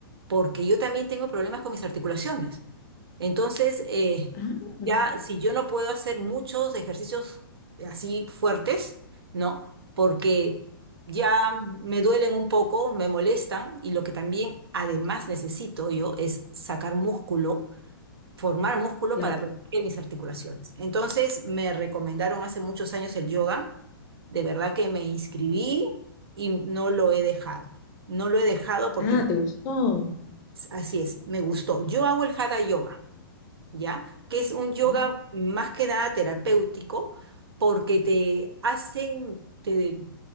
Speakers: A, on the right (about 85°); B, on the left (about 25°).
A: Porque yo también tengo problemas con mis articulaciones. Entonces, eh,
B: Ah,
A: ya si yo no puedo hacer muchos ejercicios así fuertes, ¿no? Porque ya me duelen un poco, me molestan y lo que también además necesito yo es sacar músculo, formar músculo
B: claro.
A: para proteger mis articulaciones. Entonces, me recomendaron hace muchos años el yoga. De verdad que me inscribí y no lo he dejado. No lo he dejado porque
B: Ah, ¿te gustó?
A: así es, me gustó. Yo hago el hatha yoga. ¿ya? Que es un yoga
B: ¿No?
A: más que nada terapéutico porque te hacen, te